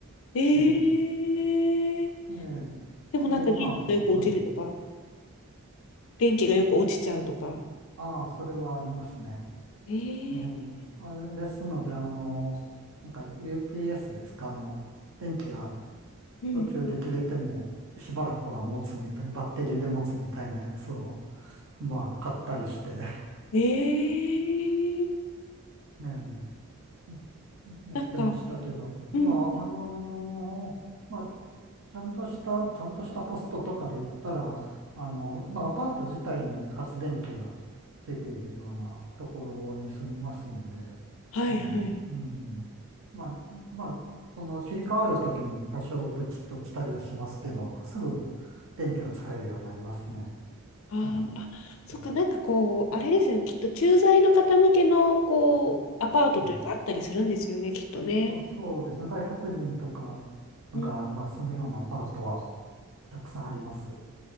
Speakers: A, on the left; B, on the right.
A: えー、
B: ええ、ええ、
A: でもなんか電池がよく落ちるとか、
B: で、まあ、はい。ん
A: 電池がよく落ちちゃうとか。
B: ああ、それはありますね。
A: え
B: ええ、
A: ー、
B: あれですので、あの、なんか UPS ですか、あの、電気が
A: うん。
B: 途中で切れてもしばらくは持つみたい、バッテリーで持つみたいなやつを、まあ、買ったりして、
A: えー、
B: うん、<laughs> ええやってましたけど、
A: なんか、
B: まあ、
A: うん。
B: あのーまあ、ちゃんとした、ちゃんとしたポストとかで言ったら、あの、まあ、アパート自体に発電機がついているようなところに住みますんで、
A: はいはい。
B: ね、うん。まあ、まあ、その切り替わるときに多少ブチッと落ちたりはしますけど、すぐ電気は使えるようになりますね。
A: あーあ、
B: ね
A: そっか、
B: うん
A: なんかこう、あれですよね、きっと駐在の方向けのこうアパートというか、
B: うん
A: あったりするんですよね、きっとね。
B: まあ、そうですね。外国人とかが、
A: うん、
B: まあ、住むようなアパートはたくさんあります。